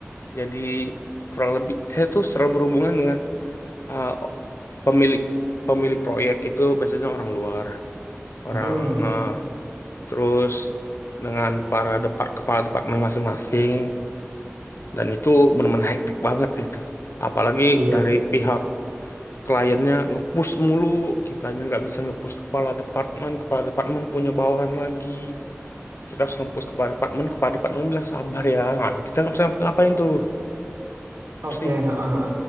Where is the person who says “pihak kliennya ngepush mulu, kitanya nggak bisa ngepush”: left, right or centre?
Left